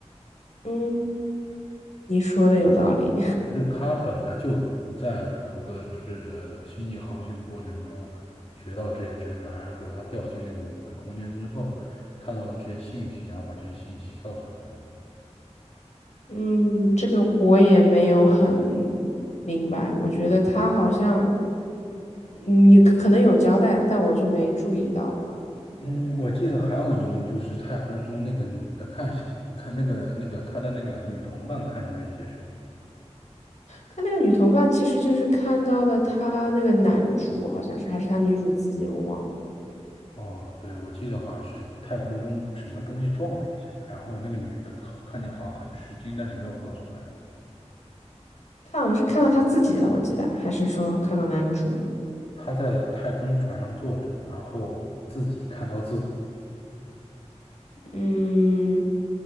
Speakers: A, on the left; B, on the left.
A: 嗯，你说的有道理。
B: 是他本来就在旅途的这这呃星际航行的过程中学到这些知识还是说他掉进那个五维空间之后看到了这些信息，然后把这些信息告诉他的女儿？
A: 嗯，这个我也没有很明白。我觉得他好像，嗯，也可可能有交代，但我就没注意到吧。
B: 嗯，我记得还有一幕就是太空中那个女的看星，看那个那个她的那个女同伴看见了一些什么。
A: 他那个女同伴其实就是看到的，他那个男主，好像是还是他女主自己，我忘了。
B: 哦，对，我记得好像是太空中什么东西撞了一下，然后那个女的看看见好像很吃惊，但是没有告诉男主。
A: 他好像是看到他自己了，我记得，还是说看到男主了？
B: 她在太空船上坐着，然后自己看到自己。
A: 嗯，